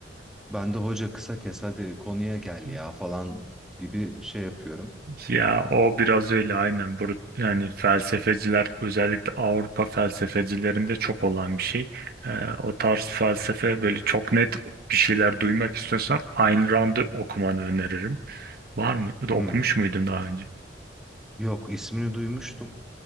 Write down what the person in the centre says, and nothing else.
Ben de hoca kısa kes hadi konuya gel
ya falan gibi şey yapıyorum.
Hmm.
Yok ismini duymuştum.